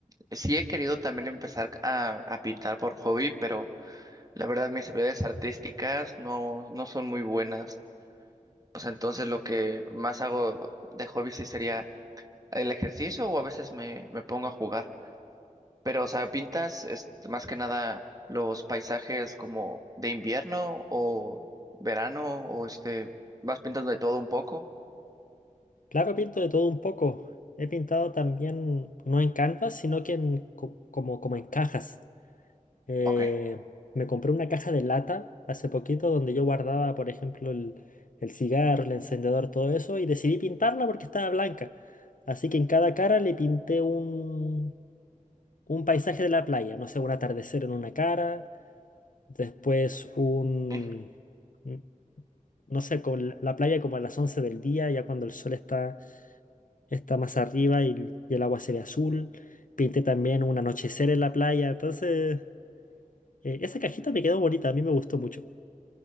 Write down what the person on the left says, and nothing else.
Claro, pinto de todo un poco. He pintado también, no en canvas, sino que en, co- como, como en cajas. Eh,
me compré una caja de lata hace poquito donde yo guardaba, por ejemplo, el, el cigarro, el encendedor, todo eso, y decidí pintarla porque estaba blanca. Así que en cada cara le pinté un, un paisaje de la playa, no sé, un atardecer en una cara, después un,
un- no sé, con la la playa como a las 11 del día, ya cuando el sol está, está más arriba y, y el agua se ve azul. Pinté también un anochecer en la playa, entonces... eh, esa cajita me quedó bonita, a mí me gustó mucho.